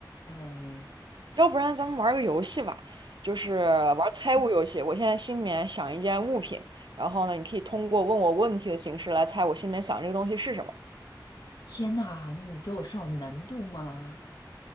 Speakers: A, on the left; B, on the right.
A: Hello，
B: 要不然咱们玩儿个游戏吧，就是玩儿猜物游戏。我现在心里面想一件物品，然后呢，你可以通过问我问题的形式来猜我心里面想这个东西是什么。
A: 天呐，你给我上难度吗？